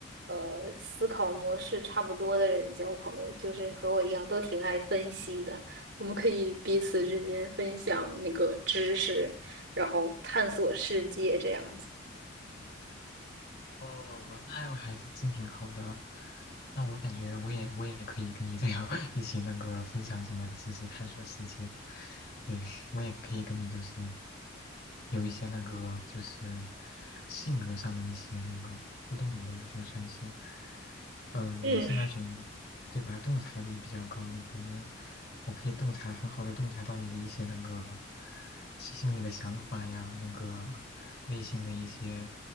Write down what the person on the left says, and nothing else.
哦，那样还是真挺好的。那我感觉我也我也可以跟你这样 <laughs> 一起那个分享什么知识，探索世界。对，我也可以跟你就是有一些那个就是性格上的一些那个互动吧，就算是。嗯、
呃我是那种对吧，洞察力比较高的，可能我可以洞察很好的洞察到你的一些那个心心里的想法呀，那个内心的一些